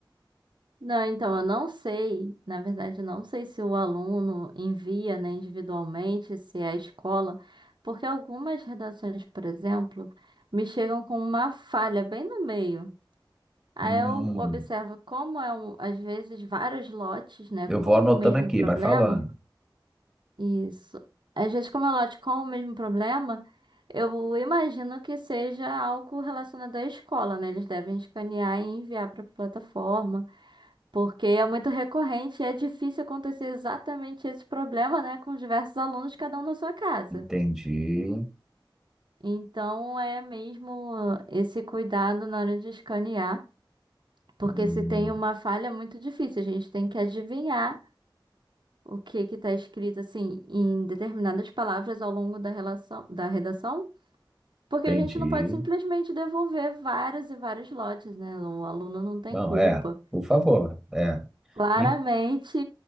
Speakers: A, on the right; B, in the centre.
A: Não, então eu não sei, na verdade, eu não sei se o aluno envia, né, individualmente, se é a escola, porque algumas redações, por exemplo, me chegam com uma falha bem no meio. Aí
B: Hum,
A: eu observo como é um, às vezes vários lotes, né,
B: eu
A: com
B: vou anotando
A: o mesmo
B: aqui,
A: problema.
B: vai falando.
A: Isso. Às vezes, como é lote com o mesmo problema, eu imagino que seja algo relacionado à escola, né? Eles devem escanear e enviar para a plataforma. Porque é muito recorrente e é difícil acontecer exatamente esse problema, né, com diversos alunos, cada um na sua casa.
B: Entendi.
A: Então é mesmo esse cuidado na hora de escanear, porque
B: Hum,
A: se tem uma falha é muito difícil, a gente tem que adivinhar o que que está escrito assim em determinadas palavras ao longo da relação, da redação, porque
B: entendi.
A: a gente não pode simplesmente devolver vários e vários lotes, né? O aluno não tem
B: Não,
A: culpa.
B: é, por favor. É.
A: Claramente
B: En-